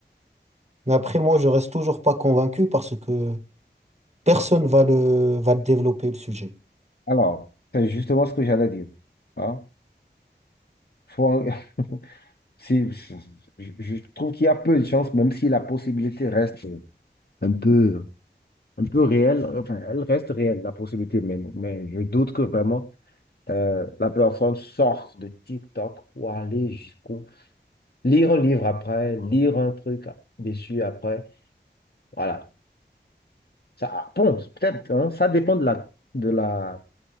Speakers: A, on the right; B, on the left.
A: Mais après, moi, je reste toujours pas convaincu parce que personne va le, va le développer, le sujet.
B: Alors, c'est justement ce que j'allais dire. Hein? Faut- <laughs> si, je, je trouve qu'il y a peu de chances, même si la possibilité reste un peu, un peu réelle. Enfin, elle reste réelle, la possibilité, mais, mais je doute que vraiment euh, la personne sorte de TikTok pour aller jusqu'au... Lire un livre après, lire un truc dessus après. Voilà. Ça, ah, bon, peut-être, hein, ça dépend de la, de la,